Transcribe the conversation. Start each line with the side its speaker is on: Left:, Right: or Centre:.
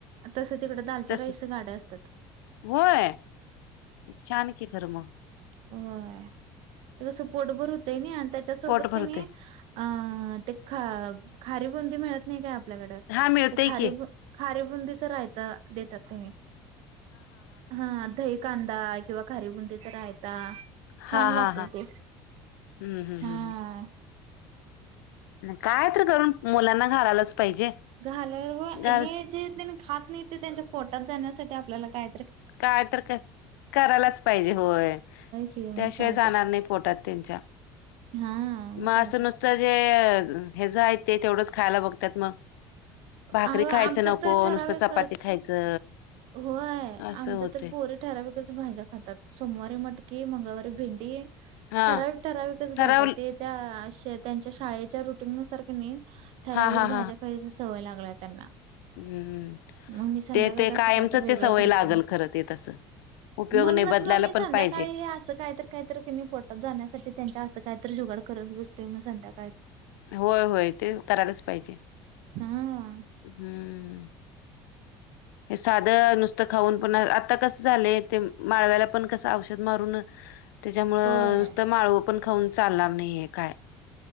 Right: तसं तिक दालच्या
Left: तस
Right: राईसचं गाडं असत्यात.
Left: होय छान की खरं मग
Right: होय ते कसं पोटभर होतय नाही आणि त्याच्यासोबत
Left: पोट भरते
Right: कणी अं ते ख खारी बुंदी मिळत नाही काय आपल्याकडं
Left: हा मिळतेय
Right: ते खारी
Left: की
Right: बु खारीबुंदीचा रायता देतात तेनी हा दही कांदा किंवा खारीबुंदीचा रायता छान
Left: हा हा
Right: लागतय
Left: हा
Right: ते
Left: हम्म हम्म
Right: हां
Left: काय तर करून मुलांना घालायलाच पाहिजे.
Right: घालायला
Left: घाल
Right: हे जे त्यांनी खात नाही ते त्यांच्या पोटात जाण्यासाठी आपल्याला काय
Left: काय तर करायलाच पाहिजे होय
Right: की मग
Left: त्याशिवाय
Right: काय
Left: जाणार
Right: तर
Left: नाही पोटात त्यांच्या <inaudible>
Right: हा
Left: असं
Right: काय तर
Left: नुसतं जे हेज आहेत ते तेवढंच खायला बघत्यात मग भाकरी
Right: अहो
Left: खायचं
Right: आमच्यात
Left: नको
Right: तर ठराविकच
Left: नुसतं चपाती खायचं
Right: होय
Left: असं
Right: आमच्या
Left: होते
Right: तर पोरी ठराविकचं भाज्या खातात सोमवारी मटकी मंगळवारी भेंडी
Left: हा
Right: ठराविक ठराविकच
Left: ठरवलं
Right: भाज्या ते त्या अशा त्यांच्या शाळेच्या रुटीन नुसार क नाही ठराविक
Left: हा हा हा
Right: भाज्या खायचं सवय लागल्या त्यांना
Left: हम्म
Right: मग मी संध्याकाळच
Left: ते ते
Right: असं
Left: कायमच
Right: काय तर वेगळं
Left: ते सवय
Right: करतोय
Left: लागल
Right: मग
Left: खरं ते तसं उपयोग
Right: म्हणूनच
Left: नाही बदलायला
Right: म मी संध्याकाळी
Left: पण पाहिजे
Right: हे असं काय तर काहीतर कनी पोटात जाण्यासाठी त्यांच्या असं काहीतरी जुगाड करत बसतोय मग संध्याकाळचं
Left: होय, होय ते करायलाच पाहिजे
Right: हा
Left: हम्म हे साधं नुसतं खाऊन पण आता कसं झालंय ते माळव्याला पण कसं औषध मारून त्याच्यामुळ
Right: होय.
Left: नुसतं माळव पण खाऊन चालणार नाहीये काय